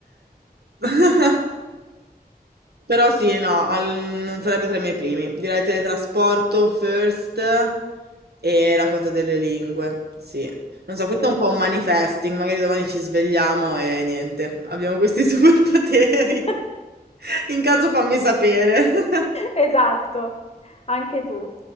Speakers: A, on the right; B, on the left.
A: <laughs> Però sì, no, al- non sarebbe tra i miei primi. Direi teletrasporto first e la cosa delle lingue, sì. Non so,
B: sì.
A: questo è un po' un manifesting, magari domani ci svegliamo e niente, abbiamo questi <laughs> superpoteri.
B: <laughs>
A: In caso fammi sapere. <laughs>
B: Esatto, anche tu.